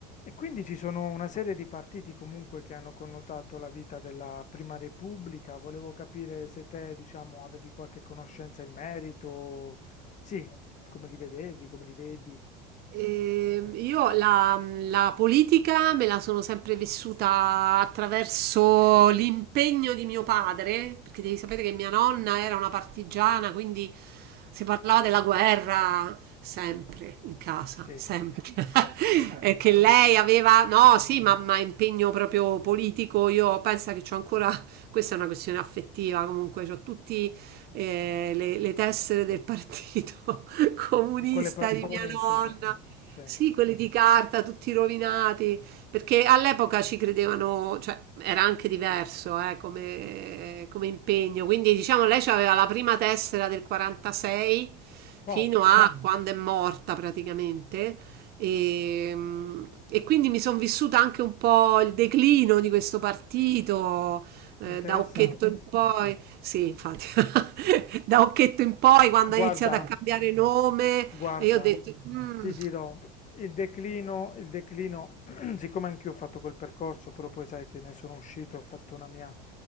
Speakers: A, on the left; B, on the right.
A: E quindi ci sono una serie di partiti comunque che hanno connotato la vita della Prima Repubblica. Volevo capire se te, diciamo, avevi qualche conoscenza in merito. Sì, come li vedevi, come li vedi.
B: Ehm, io la, la politica me la sono sempre vissuta attraverso l'impegno di mio padre, perché devi sapere che mia nonna era una partigiana, quindi si parlava della guerra sempre in casa,
A: Sì,
B: sempre. <laughs>
A: sempre.
B: E
A: <laughs>
B: che lei aveva, no, sì, ma, ma impegno proprio politico. Io penso che c'ho ancora, questa è una questione affettiva, comunque, c'ho tutti eh, le, le tessere del partito <laughs> comunista
A: Di quelle par-
B: di
A: comunista,
B: mia nonna.
A: sì. Sì.
B: Sì, quelli di carta, tutti rovinati, perché all'epoca ci credevano, cioè era anche diverso eh, come, come impegno. Quindi diciamo lei aveva la prima tessera del 46
A: Wow,
B: fino a Mm. quando è morta praticamente. E, mm, e quindi mi sono vissuta anche un po' il declino di questo partito, eh,
A: interessante.
B: da Occhetto in poi. Sì, infatti, <laughs> da Occhetto in poi, quando ha
A: Guarda,
B: iniziato a cambiare nome,
A: guarda,
B: e io ho detto, "Mm,
A: ti dirò, il declino, il declino, <clears throat> siccome anch'io ho fatto quel percorso, però poi sai che ne sono uscito, ho fatto una mia,